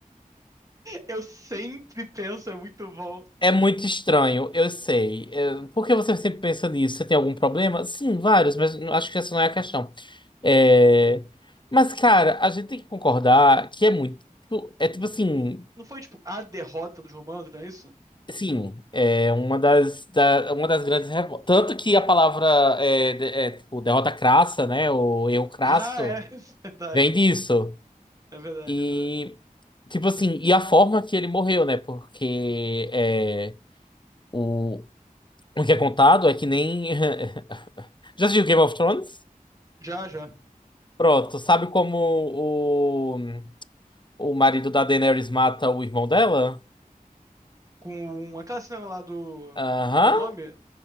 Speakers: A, on the right (about 25°); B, on the left (about 35°).
A: Eu sempre penso, é muito bom.
B: É muito estranho, eu sei. É, por que você sempre pensa nisso? Você tem algum problema? Sim, vários, mas não- acho que essa não é a questão. É, mas, cara, a gente tem que concordar que é muito. tipo, É tipo assim.
A: Não foi tipo a derrota dos romanos, não é isso?
B: Sim, é uma das, da- uma das grandes revoltas. Tanto que a palavra é, de- é, tipo, derrota crassa, né? O erro crasso
A: Ah, é, <laughs> é verdade.
B: vem disso.
A: É verdade,
B: E,
A: é verdade.
B: tipo assim, e a forma que ele morreu, né? Porque é, o, o que é contado é que nem. <laughs> Já assistiu Game of Thrones?
A: Já, já.
B: Pronto, sabe como o, o marido da Daenerys mata o irmão dela?
A: Com aquela cena lá do.
B: Aham,
A: Qual é o nome?